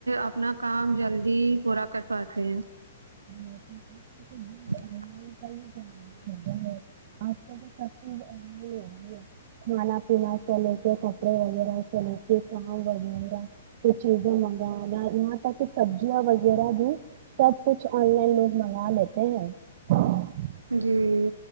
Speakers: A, on the right; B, on the right.
A: اپنا کام جلدی پورا کر پاتے ہیں
B: آن لائن
A: اچا <unintelligible>
B: ہے آج کل تو سب ی کھانا پینا چلے کے کپڑے وغیرہ چلے کے کام وغہ ما کو چیزیں مگا تک سبزیاں وغیرہ بھی سب کچھ آن لائن لوگ منگا لیتے ہیں ہاں <unintelligible>
A: جی